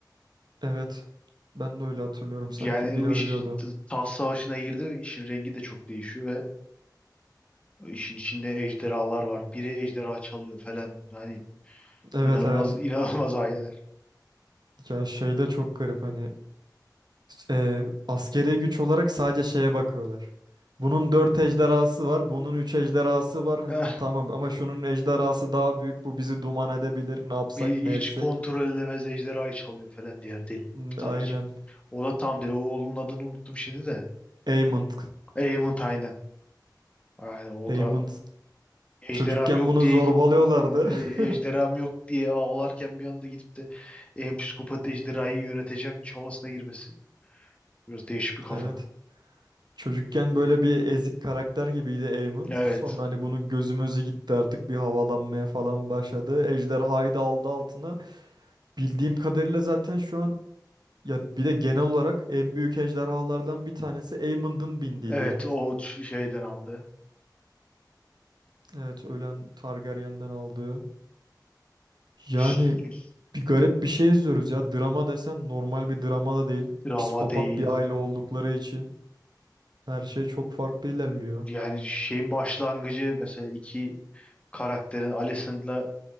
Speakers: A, on the right (about 70°); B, on the left (about 15°).
A: Evet. Ben de öyle hatırlıyorum.
B: Yani
A: Sanki biri
B: o iş
A: ölüyordu.
B: t- taht savaşına girdi işin rengi de çok değişiyor ve işin içinde ejderhalar var. Biri ejderha çalıyor falan. Yani
A: Evet
B: inanılmaz
A: evet.
B: inanılmaz aileler.
A: Ya şey de çok garip hani. Eee askeri güç olarak sadece şeye bakıyorlar. Bunun 4 ejderhası var, bunun 3 ejderhası var. Hmm,
B: <laughs>
A: tamam ama şunun ejderhası daha büyük. Bu bizi duman edebilir. Ne yapsak,
B: Hiç
A: ne etsek.
B: kontrol edemez ejderhayı çalıyor falan diğer deli.
A: Hmm,
B: Ta
A: aynen.
B: hiç. O da tam deli. O oğlunun adını unuttum şimdi de.
A: Aemond.
B: Aemond aynen. Aynen o
A: Aemond.
B: da ejderham
A: Çocukken
B: yok
A: bunu
B: diye
A: zorbalıyorlardı.
B: git e,
A: <laughs>
B: ejderham yok diye ağlarken bir anda gidip de en psikopat ejderhayı yöneteceğim çabasına girmesi. Biraz değişik bir kafa.
A: Evet. Çocukken böyle bir ezik karakter gibiydi Aemond.
B: Evet.
A: Sonra hani bunu gözümüzü gitti artık bir havalanmaya falan başladı. Ejderhayı da aldı altına. Bildiğim kadarıyla zaten şu an Ya bir de genel olarak en büyük ejderhalardan bir tanesi Aemond'un bindiği
B: Evet
A: direkt.
B: o şeyden aldı.
A: Evet ölen Targaryen'den aldığı. Yani
B: Ş-
A: bir garip bir şey izliyoruz ya. Drama desen normal bir drama da değil.
B: Drama
A: Psikopat
B: değil.
A: bir aile oldukları için her şey çok farklı ilerliyor.
B: Yani şeyin başlangıcı mesela iki karakterin Alicent'la